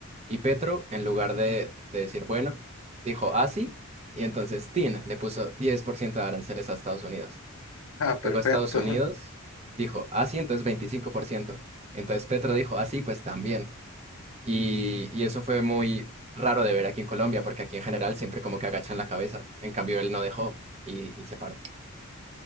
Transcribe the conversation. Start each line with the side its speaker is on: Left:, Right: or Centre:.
Right: Y Petro, en lugar de, de decir, bueno, dijo, ah, sí. Y entonces Tin le puso 10% de aranceles a Estados Unidos.
Left: Ah, perfecto.
Right: Luego Estados Unidos
Left: <laughs>
Right: dijo, ah, sí, entonces veinticinco por ciento Entonces Petro dijo, ah, sí, pues también. Y, y eso fue muy raro de ver aquí en Colombia, porque aquí en general siempre como que agachan la cabeza. En cambio, él no dejó y, y se paró.